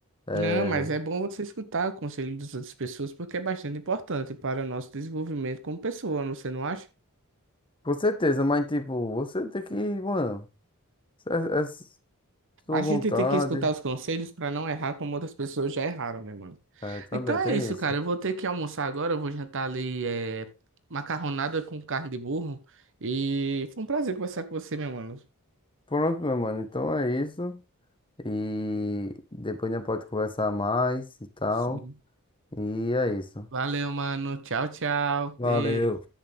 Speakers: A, on the left; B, on the right.
A: É,
B: Não, mas é bom você escutar o conselho das outras pessoas porque é bastante importante para o nosso desenvolvimento como pessoa, você não acha?
A: com certeza, mas tipo, você tem que, mano, é, é sua
B: A
A: vontade.
B: gente tem que escutar os conselhos para não errar como outras pessoas já erraram, meu mano.
A: É, também
B: Então é
A: tem
B: isso,
A: isso.
B: cara. Eu vou ter que almoçar agora, eu vou jantar ali é, macarronada com carne de burro. E foi um prazer conversar com você, meu mano.
A: Pronto, meu mano, então é isso. E depois a gente pode conversar mais e tal.
B: Sim.
A: E é isso.
B: Valeu, mano. Tchau, tchau.
A: Valeu.
B: Beijo.